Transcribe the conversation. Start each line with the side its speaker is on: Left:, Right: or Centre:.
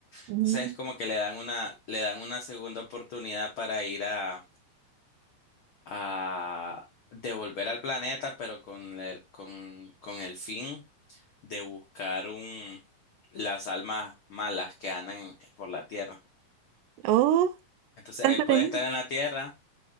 Right: Mm.
Left: Entonces es como que le dan una, le dan una segunda oportunidad para ir a, a devolver al planeta, pero con, el- con, con el fin de buscar un, las almas malas que andan por la Tierra.
Right: Oh,
Left: Entonces
Right: Tanto
Left: él
Right: entretenido.
Left: puede estar en la Tierra,